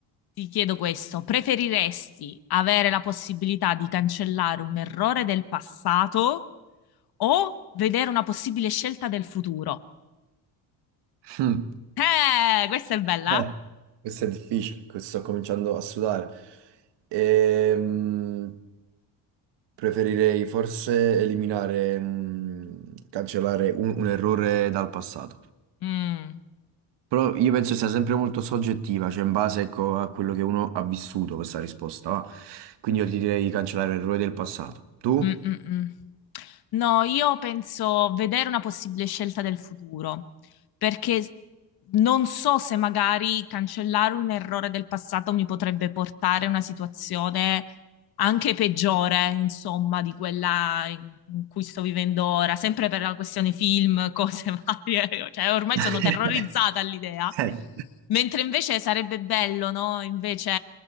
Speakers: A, on the left (about 60°); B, on the right (about 75°).
A: ti chiedo questo. Preferiresti avere la possibilità di cancellare un errore del passato o vedere una possibile scelta del futuro?
B: <laughs> Mm.
A: Eh, questa è bella.
B: Eh, questo è difficile, questo sto cominciando a sudare. Ehm, preferirei forse eliminare, mm, cancellare un, un errore dal passato.
A: Mm,
B: Però io penso sia sempre molto soggettiva, cioè in base, ecco, a quello che uno ha vissuto questa risposta, va. Quindi io ti direi di cancellare l'errore del passato. Tu?
A: mm, mm, mm. No, io penso vedere una possibile scelta del futuro. perché non so se magari cancellare un errore del passato mi potrebbe portare a una situazione anche peggiore, insomma, di quella in in cui sto vivendo ora, sempre per la questione film, cose <laughs> varie, cioè ormai
B: <laughs>
A: sono terrorizzata all'idea.
B: Eh,
A: Mentre invece sarebbe bello, no? Invece